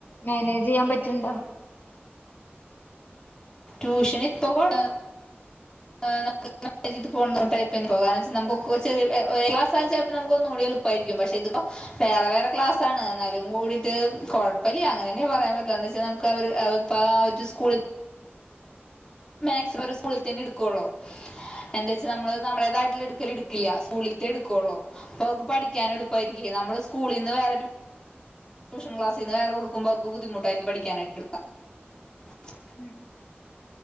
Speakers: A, on the left (about 55°); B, on the left (about 20°).
A: മേനേജ്യ്യാൻ പ ചുണ്ടോ
B: ട്യൂഷന് ഇപ്പകൊഴ് <unintelligible> പൊന്നോട്ടേ പ്പനെപോകാ വെച്ച് നമുകൂ ചെര് ഒരേ ക്ലാസ്സാച്ചാ നമുക്ക് ഒന്നൂടി എളുപ്പായിരിക്കും പക്ഷെ ഇതിപ്പ വേറെ വേറെ ക്ലാസ് ആണ് ന്നാലും കൂടിയിട്ട് കൊഴപ്പല്ല അങ്ങനെന്നെ പറയാൻ പറ്റു എന്ന് ച്ചാൽ നമ്ക്കവര് ഇപ്പാ ഒരു സ്കൂളി മാക്സിമം ഒരു സ്കൂളിൽ തന്നെ എട്കൊള്ളൂ. എന്തച്ചാ നമ്മള്
A: ഉം
B: നമ്മളതായിട്ട്ള്ള എട് ക്കല് ട്ക്ക്ല്ല സ്കൂളിൽത്തെ ട്ക്കൊള്ളു പ്പൊ പഠിക്കാൻ എളുപ്പയിരിക്കേ നമ്മള് സ്കൂളിന്ന് വേറെ ട്യൂഷ ക്ലാസ്സിന്ന് വേറെ കൊടുക്കുമ്പോ ക്കൊ ബുദ്ധിമുട്ടായിരിക്കും പഠിക്കാനായിട്ട് <unintelligible>
A: ഉം